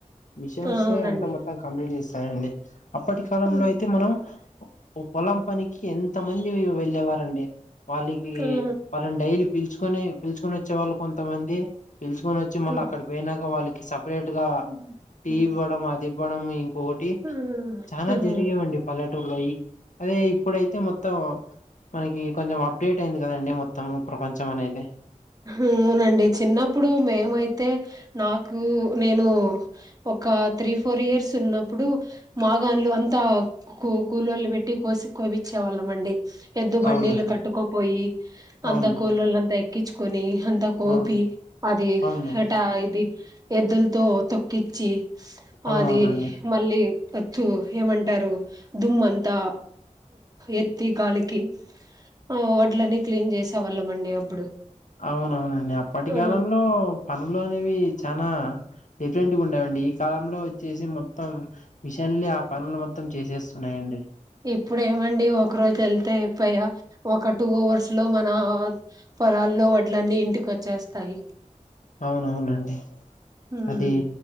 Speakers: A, on the left; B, on the right.
A: మిషన్సే
B: ఆ! అవునండి
A: అంత మొత్తం కంప్లీట్ చేస్తానండి అప్పటి కాలంలో
B: ఆ
A: అయితే మనం ఓ పొలం పనికి ఎంత మంది వెళ్ళేవారండి వాళ్ళకి
B: ఆ
A: వాళ్ళని డైలీ పిలుచుకొని పిలుచుకని వచ్చే వాళ్ళు కొంతమంది పిలుచుకని వచ్చి మళ్ళీ
B: ఆ!
A: అక్కడ పోయినాక వాళ్ళకి స సపరేట్ గా
B: హ్మ్
A: టీ
B: హ్మ్
A: ఇవ్వడం అది ఇవ్వడం ఇం పోటి
B: హ్మ్
A: చాలా
B: హ్మ్
A: జరిగేవండి పల్లె లో అదే ఇప్పుడైతే మొత్తం మనకి కొంచెం అప్డేట్ అయింది కదండి మొత్తం ప్రపంచం అనేది
B: అవునండి చిన్నప్పుడు మేమైతే నాకు నేను ఒక త్రీ ఫోర్ ఇయర్స్ ఉన్నప్పుడు మాగాన్లు అంతా కూ కూలొల్లు పెట్టి కోసి కోపించేవాళ్ళమండి ఎద్దు బండిలు
A: అవును
B: కట్టుకోపోయి అంత
A: అవునండి
B: కూళ్లంతా ఎక్కించుకొని అంతా కోపి
A: ఆ
B: అది
A: అవునండి
B: ఎటా ఇది ఎద్దులతో తొక్కించి
A: అవునవునండి
B: అది మళ్ళీ వత్తు ఏమంటారు దుమ్ంతా ఎత్తి గాలికి ఆ వడ్లని క్లీన్ చేసేవాళ్ళం అండి అప్పుడు
A: అవునవునండి అప్పటి
B: ఆ
A: కాలంలో పనులు అనేవి చనా డిఫరెంట్ గా ఉండేవండి ఈ కాలంలో వచ్చేసి మొత్తం మెషినల్ ఆ పనులు మొత్తం చేసేస్తున్నాయండి
B: ఇప్పుడు ఏమండి ఒక రోజు వెళ్తే ప ఒక టూ అవర్స్ లో మన పొలాల్లో వడ్లన్నీ ఇంటికి వచ్చేస్తాయి
A: అవునవునండి
B: ఉమ్
A: అది